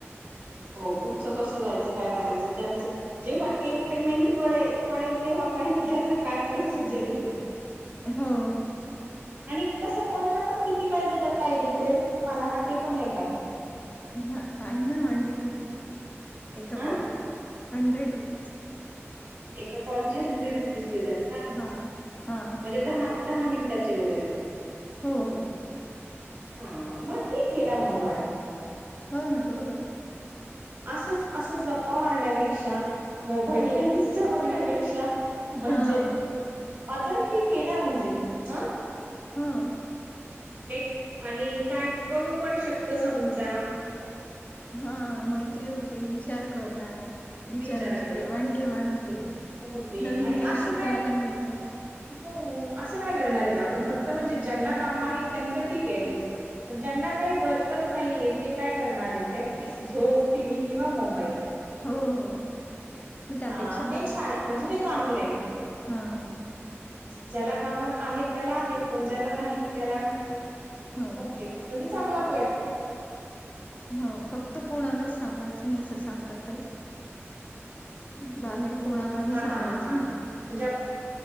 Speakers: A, on the right (about 50°); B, on the left (about 30°).
A: हो पुढचं कसं जायचं. काय करायचं. ज्यांचं जेव्हा एक पेमेंट पळे पडेल, तेव्हा कळेल त्याचं काय प्रोसिजर ती.
B: हो.
A: आणि कसं कोनला पण किती काय देतात. काही डिटेल्स तुम्हाला. का ते पण नाही काय.
B: हा आहे ना. Hundred rupees. एका
A: हा
B: कॉलचे. Hundred rupees.
A: एका कॉलचे हंड्रेड रुपीज देतात का?
B: हा हा
A: म्हणजे दहा दहा मिनिटाचे वगैरे.
B: हो हो.
A: हा म ठीके ना. म म
B: हो ना. बरोबरे.
A: असंच असंच गप्पा मारण्यापेक्षा, मोबाईल ला इन्स्टा बघण्यापेक्षा, म्हणजे,
B: हा
A: ऑदर ठीके ना म्हणजे. ह
B: हो.
A: एक आणि काय कळू पण शकत समजा.
B: ह मैत्री होते. विचार करळतात. विचारांची
A: विचार करत
B: देवाणघेवाण होते.
A: होते
B: नवीन
A: आणि
B: काही
A: असं
B: शिकायला
A: काय
B: मिळतं.
A: हो असं काय करणारेत आपण. फक्त म्हणजे ज्यांना काम आहेत. त्यांचं ठीके अॅटलिस्ट. पण ज्यांना काही वर्कच नाहीये, ते काय करणारे. ते अॅटलिस्ट झोप, टीव्ही किंवा मोबाईल.
B: हो हो. मग त्यापेक्षा
A: हा हे छा, म्हणजे हे चांगलंय.
B: ह ह.
A: ज्याला काम आहेत, त्याला आहेत. पण ज्याला नाहीत त्याला
B: हो
A: ओके. म्हणजे चांगला प्लॅट
B: हो फक्त कोणाला सांगायचं नाही. असं सांगतात ताई. बाहेर कोणालाही
A: हा
B: सांगायचं
A: हा हा हा हा
B: नाही.
A: म्हणजे